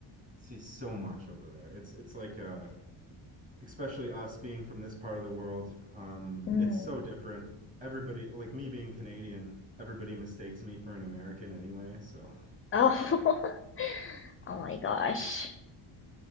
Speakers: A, on the right (about 15°); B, on the left (about 25°).
A: see so much over there. It's it's like uh especially us being from this part of the world, um
B: Mm.
A: it's so different. Everybody like me being Canadian, everybody mistakes me for an American anyway, so
B: Oh, <laughs> oh my gosh.